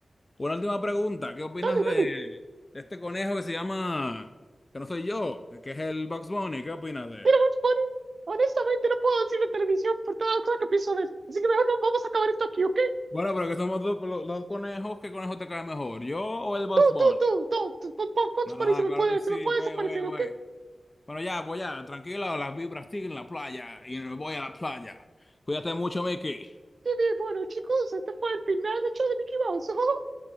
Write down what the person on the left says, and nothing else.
Una última pregunta, ¿qué opinas
de, de este conejo que se llama, que no soy yo, que es el Bugs Bunny? ¿Qué opinas de él?
Bueno, pero que somos dos, los, dos conejos, ¿qué conejo te cae mejor, yo o el Bugs
Bunny?
Ah,
claro
que sí,
güey,
güey, güey.
Bueno, ya, pues ya, tranquila, las vibras siguen en la playa y me voy a la playa. Cuídate mucho, Mickey.